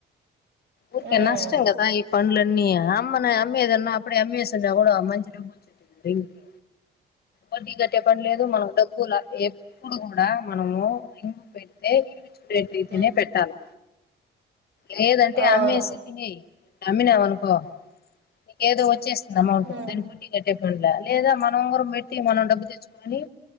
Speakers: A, on the left; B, on the right.
A: ఊరిక
B: హ్మ్
A: నష్టం కదా ఎ పంలేన్న అమ్మనే అమ్మయదన్నా అప్పుడే అమ్మయేసున్న కూడా మంచి <unintelligible> ఒడ్టి గట్టే పని లేదు మనకు డబ్బులకు ఏప్ ఇప్పుడు కూడా మనము రింగు పెడితే విడిపించుకునేది అయితేనే
B: హ్మ్
A: పెట్టాలా లేదంటే
B: అవును
A: అమ్మెసి తినేయ్ ఇ అమ్మినావు అనుకో నీకేదో వచ్చేస్ అమౌంట్
B: హ్మ్
A: దానికి వడ్డీ కట్టపుల లేదా మనం ఉంగరం పెట్టి మనం డబ్బు తెచ్చుకొని